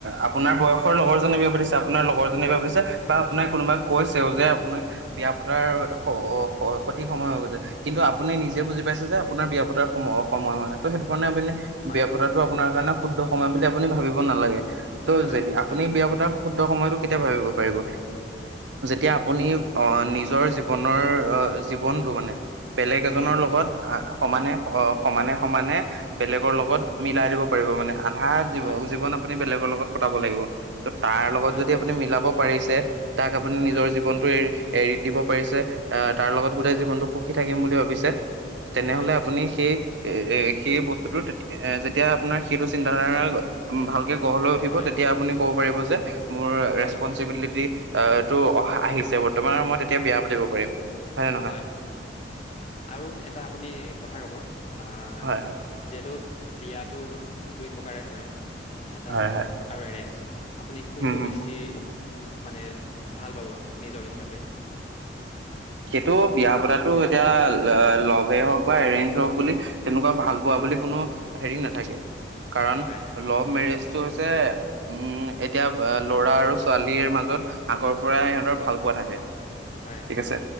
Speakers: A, on the right; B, on the left.
A: আপোনাৰ বয়স লগৰজনে বিয়া পাতিছে আপোনাৰ লগৰজনে বিয়া পাতিছে বা আপোনাক কোনোবাই কৈছেও যে আপোনাৰ বিয়া পতাৰ স স সঠিক সময় হৈ গৈছে। কিন্তু আপুনি নিজে বুজি পাইছে যে আপোনাৰ বিয়া পতাৰ সময় অ সময় হোৱা নাই ত সেইটো কাৰণে আপুনি
B: হয়
A: বিয়া পতাটো আপোনাৰ কাৰণে শুদ্ধ সময় বুলি আপুনি ভাবিব নালাগে ত'
B: হয়
A: যে
B: নিশ্চয়
A: আপ বিয়া পতাৰ শুদ্ধ সময়টো কেতিয়া ভাৱিব পাৰিব যেতিয়া আপুনি অ
B: উম
A: নিজৰ জীৱ ৱনৰ জীৱনটো মানে বেলেগ এজনৰ
B: উম
A: লগত আ সমানে অ সমানে সমানে বেলেগৰ লগত মিলাই দিব পাৰিব মানে। আধা জীৱ
B: হয়,
A: জীৱন আপুনি বেলেগৰ লগত কটাব লাগিব। ত' তাৰ লগত
B: হয়,
A: যদি আপুনি মিলাব পাৰিছে তাক আপুনি
B: হয়,
A: নিজৰ জীৱনটো এৰি এৰি দিব পাৰিছে আহ তাৰ লগত গোটেই জীৱনটো সুখী থাকিম বুলি ভাবিছে তেনেহলে
B: হয়,
A: আপুনি সেই এ এ সেই বস্তুটো তে যে যেতিয়া আপোনাৰ সেইটো চিন্তা ধাৰা ভালকে গঢ় লৈ উঠিব
B: হয়,
A: তেতিয়া আপুনি কব পাৰিব যে মোৰ
B: হয়,
A: ৰেচপনচিবিলিটি এটো অহ আহিছে বৰ্তমান মই তেতিয়া বিয়া পাতিব পাৰিম। নে নহয়
B: হয় আৰু এটা আপুনি কথা কব আহ
A: হয় হয়
B: যিহেতু বিয়াটো দুই প্ৰকাৰে হয়। এটা
A: হয়
B: লভ
A: হয়
B: আৰু এৰেঞ্জ আপুনি কোনটো
A: হম হম
B: বেছি মানে ভাল পাব নিজৰ হিচাপে
A: সেইটো বিয়া পতাটো এতিয়া, ল লভেই হওঁক বা এৰেঞ্জ হওক বুলি, তেনেকুৱা ভাল পোৱা বুলি, কোনো হেৰি নাথাকে। কাৰণ,
B: হয়,
A: লভ মেৰেজটো হৈছে, উম, এতিয়া ল'ৰা আৰু ছোৱালীৰ মাজত আগৰ পৰা সিহঁতৰ ভাল পোৱা থাকে।
B: হয়।
A: ঠিক আছে।